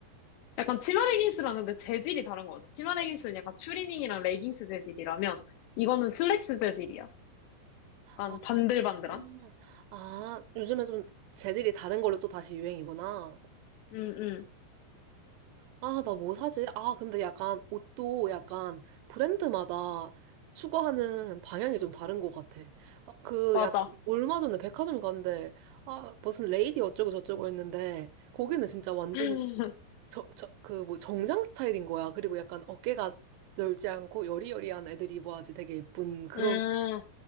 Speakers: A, on the left; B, on the right.
A: 약간 치마 레깅스랑 근데 재질이 다른 것 같아. 치마 레깅스는 약간 추리닝이랑 레깅스 재질이라면 이거는 슬랙스 재질이야. 약간
B: 아,
A: 반들반들한?
B: 음. 아, 요즘에 좀 재질이 다른 걸로 또 다시 유행이구나.
A: 응, 응,
B: 아, 나 뭐 사지? 아, 근데 약간 옷도 약간 브랜드마다 추구하는 방향이 좀 다른 것 같아. 아, 그
A: 맞아.
B: 약간 얼마 전에 백화점 갔는데, 아, 무슨 레이디 어쩌고 저쩌고 했는데, 거기는 진짜 완전히
A: <laughs>
B: 저, 저, 그 뭐 정장 스타일인 거야. 그리고 약간 어깨가 넓지 않고 여리여리한 애들이 입어야지 되게 예쁜 그런,
A: 음,